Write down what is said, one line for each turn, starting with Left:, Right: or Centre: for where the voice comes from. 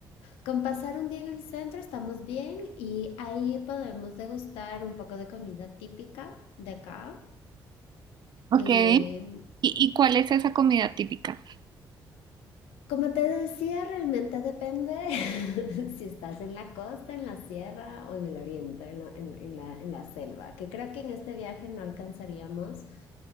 Left: con pasar un día en el centro estamos bien y ahí podemos degustar un poco de comida típica de acá.
Right: Ok.
Left: em,
Right: ¿Y, y cuál es esa comida típica?
Left: Como te decía, realmente depende <laughs> si estás en la costa, en la sierra o en el oriente, en la, en- en la- en la selva, que creo que en este viaje no alcanzaríamos,